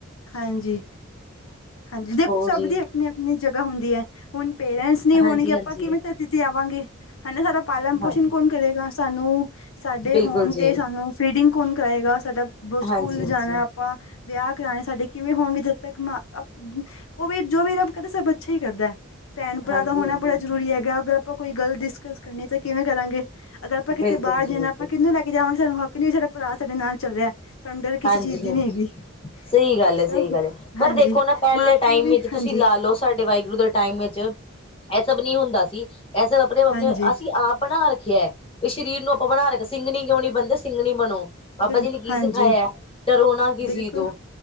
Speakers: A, on the left (about 75°); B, on the left (about 25°).
A: ਹਾਂਜੀ ਹਾਂਜੀ ਦੇਖੋ
B: ਹੋਰ
A: ਸਭ
B: ਜੀ
A: ਵਦੀਆ ਅਪਣੀ ਅਪਣੀ ਜਗ੍ਹਾ ਹੁੰਦੀ ਹੈ, ਹੁਣ ਪੇਰੈਂਟਸ ਨਹੀਂ ਹੋਣਗੇ
B: ਹਾਂਜੀ
A: ਆਪਾਂ
B: ਹਾਂਜੀ
A: ਕਿਵੇਂ ਧਰਤੀ ਤੇ ਆਵਾਂਗੇ ਹੈਨਾ ਸਾਡਾ ਪਾਲਣ ਪੋਸ਼ਣ
B: ਹਾਂ
A: ਕੌਣ ਕਰੇਗਾ ਸਾਨੂੰ ਸਾਡੇ
B: ਬਿਲਕੁਲ
A: ਹੋਣ
B: ਜੀ
A: ਤੇ ਸਾਨੂੰ ਫੀਡਿੰਗ ਕੌਣ ਕਰਾਏਗਾ ਸਾਡਾ ਸਕੂਲ
B: ਹਾਂਜੀ ਹਾਂਜੀ
A: ਜਾਣਾ ਆਪਾਂ ਵਿਆਹ ਕਰਾਣੇ ਸਾਡੇ ਕਿਵੇਂ ਹੋਣਗੇ ਜਦ ਤੱਕ ਮ ਉਹ ਵੀ ਜੋ ਵੀ ਕਰਦਾ ਸਭ ਅੱਛਾ ਹੀ ਕਰਦਾ ਪੈਣ ਪਰਾ
B: ਹਾਂਜੀ
A: ਦਾ ਹੋਣਾ
B: ਹਾਂਜੀ
A: ਬੜਾ ਜ਼ਰੂਰੀ ਹੈਗਾ ਅਗਰ ਆਪਾਂ ਕੋਈ ਗੱਲ ਡਿਸਕਸ ਕਰਨੀ ਤਾਂ ਕਿਵੇਂ ਕਰਾਂਗੇ ਅਗਰ ਆਪਾਂ ਕਿਤੇ
B: ਬਿਲਕੁਲ
A: ਬਾਹਰ ਜਾਂਣਾ
B: ਜੀ ਬਿਲਕੁਲ
A: ਏ ਆਪਾਂ ਕਿੰਨੂੰ ਲੈ ਕੇ ਜਾਵਾਂਗੇ ਸਾਨੂੰ ਹੱਕ ਨਹੀਂ ਸਾਡਾ ਭਰਾ ਸਾਡੇ ਨਾਲ ਚੱਲ ਰਿਹਾ ਸਾਨੂੰ ਡਰ
B: ਹਾਂਜੀ
A: ਕਿਸੇ ਚੀਜ਼ ਦੀ
B: ਹਾਂਜੀ
A: ਨੀ ਹੈਗੀ
B: ਸਹੀ ਗੱਲ
A: ਸਭ
B: ਹੈ ਸਹੀ ਗੱਲ ਹੈ ਪਰ
A: ਹਾਂਜੀ
B: ਦੇਖੋ ਨਾ ਪਹਿਲੇ
A: ਮਾਂ
B: ਟਾਈਮ
A: ਪਿਓ ਵੀ
B: ਵਿੱਚ
A: ਹਾਂਜੀ
B: ਤੁਸੀਂ ਲਾ ਲਓ ਸਾਡੇ ਵਾਹਿਗੁਰੂ ਦੇ ਟਾਈਮ ਵਿੱਚ ਇਹ ਸਭ ਨਹੀਂ ਹੁੰਦਾ ਸੀ ਇਹ ਸਬ ਅਪਣੇ ਅਪਣੇ
A: ਹਾਂਜੀ
B: ਅਸੀਂ ਆਪ ਬਣਾ ਰੱਖਿਆ ਵੀ ਸਰੀਰ ਨੂੰ ਆਪਾਂ ਬਣਾ ਰੱਖਿਆ ਸਿੰਗਣੀ ਕਿਉਂ ਨਹੀਂ ਬੰਨਦੇ ਸਿੰਗਣੀ ਬਣੋ ਬਾਬਾ
A: ਬਿਲ
B: ਜੀ ਨੇ ਕੀ
A: ਹਾਂਜੀ
B: ਸਿਖਾਇਆ ਡਰੋ ਨਾ ਕਿਸੇ
A: ਬਿਲਕੁਲ
B: ਤੋਂ